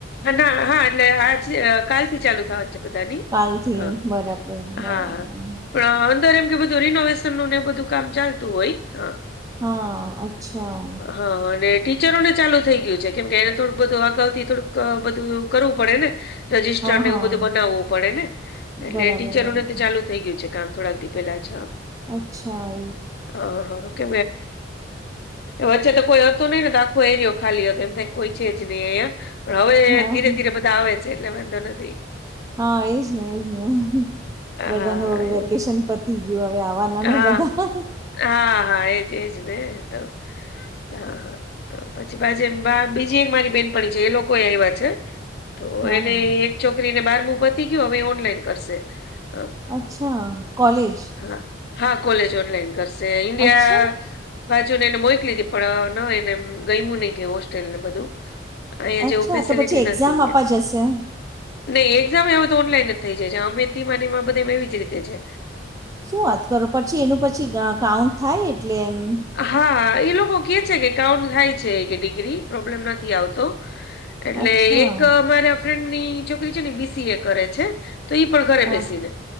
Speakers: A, on the left; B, on the right.
A: ના હા એટલે આજ કાલ થી ચાલુ થવાનું છે બધાની
B: કાલથી
A: હા
B: બરાબર બરાબર
A: હા હા પણ અંદર એમ કે બધું રીનોવેશન નું ને બધું કામ ચાલતું હોય. હા
B: હા અચ્છા
A: હા અને ટીચરો ને ચાલુ થઈ ગયું છે કેમ કે એને થોડુંક બધું અગાઉથી થોડુંક બધું કરવું પડે ને રજિસ્ટર
B: હા
A: ને
B: હા
A: એવું બધું બનાવવું પડે ને એટલે
B: બરાબર
A: ટીચરોને
B: બરાબર
A: ચાલુ થઈ ગયું છે કામ થોડાક દી પેલા છે.
B: અચ્છા એ
A: હા હા કે વચ્ચે તો કોઈ હતું નહીિ ને તો આખો એરિયો ખાલી હતો એમ થાય કોઈ છે જ નહી અહંયા પણ હવે
B: હા
A: ધીરે ધીરે બધા આવે છે એટલે વાંધો નથી.
B: હા એજ ને એજ ને બધાનું
A: હા
B: હવે
A: એવું
B: વેકેશન
A: છે
B: પતી ગયું હવે આવાનુ નાને
A: હા
B: બધા
A: હા હા એજ એજ ને તો હા હા તો પછી પાછ એમ બી એક મારી બેનપ છે એ લોકો આવ્યા છે, તો
B: હા
A: એને
B: હા
A: છોકરી ને બારમું પતી ગયયો હવે ઓનલાઈન કરશે અ,
B: અચ્છા કોલેજ
A: હા હા કોલેજ ઓનલાઈન કરશે ઇન્ડિયા.
B: અચ્છા
A: બાજુ ને એને મોક લીધી પણ ના એને ગયમ નહી ગય હોસ્ટેલ ને બધુ અહીિયાંયા
B: અચ્છા
A: જેવું ફેસિલિટી
B: તો પછી એક્ઝામ
A: નથી કેયા
B: આપવા જશે
A: નહી એક્ઝામ હવે તો ઓનલાઈન જ થઈ જાય છે અમેથી મનેમાં બધે એવી જ રીતે છે.
B: શું વાત કરો પછી એનું પછી કાઉન્ટ થાય એટલે એમ
A: હા એ લોકો કે છે કે કાઉન્ટ થાય છે કે ડિગ્રી પ્રોબ્લેમ નથી આવતો એટલે
B: અચ્છા
A: એક મારા ફ્રેન્ડની છોકરી છે ને બીસી એ કરે છે. તો ઈ પણ ઘરે
B: હા
A: બેસી ને